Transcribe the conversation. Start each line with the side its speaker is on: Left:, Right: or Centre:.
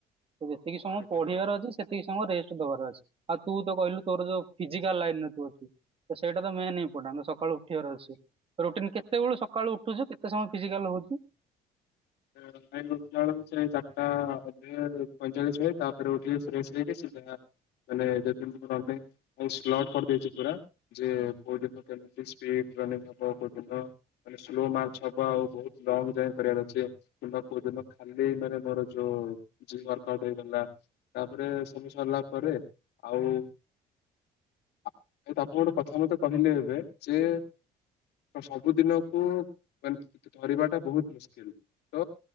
Right: ତ ଯେତିକି ସମୟ
Left: ଆଜ୍ଞା
Right: ପଢିବାର ଅଛି ସେ ସେତିକ ସମୟ ରେଷ୍ଟ ଦବାର ଅଛି। ଆଉ ତୁ ତ କହିଲୁ ତୋର ଯୋଉ ଫିଜିକାଲ ଲାଇନରେ ତୁ ଅଛୁ। ତ ସେଇଟା ତ ମେନ୍ ଇମ୍ପୋଟାଣ୍ଟ ସକାଳୁ ଉଠିବାର ଅଛି। ରୁଟିନ୍ କେ କେତେବେଳୁ ସକାଳୁ ଉଠୁଛୁ, କେତେ ସମୟ ଫିଜିକାଲ ହଉଚୁ?
Left: <inaudible> <unintelligible> ମୁଁ ଉଠିଲା ବେଳକୁ ସେ ଚାରିଟା ଅଧେ ପଇଁଚାଳିଶ ହୁଏ ତାପରେ ଉଠିକି ଫ୍ରେଶ ହେଇକି ସିଧା ମାନେ <unintelligible> ମୁ ସ୍ଲଟ କରିଦଉଛି ପୁରା ଯେ କୋଉ ଦିନ କେମିତି ସ୍ପିଡ <unintelligible> ରନିଙ୍ଗ ହବ କୋଉ ଦିନ ମାନେ ସ୍ଲୋ ମାର୍ଚ୍ଚ ହବ ଆଉ ବହୁତ ଲଙ୍ଗ ଜମ୍ପ କରିବାର ଅଛ <unintelligible> କୋଉଦିନ <unintelligible> ମାନେ ମୋର ଯୋଉ ଜିମୱର୍କଆଉଟ ହେଇଗଲା। ତାପରେ ସବୁ ସରିଲା ପରେ ଆଉ ଆ ଆପଣ ଗୋଟେ କଥା ମତେ କହିଲେ ଏବେ ଯେ ସବୁ ଦିନକୁ ଏମତି ଧରିବା ଟା ବହୁତ ମୁସ୍କିଲ। ତ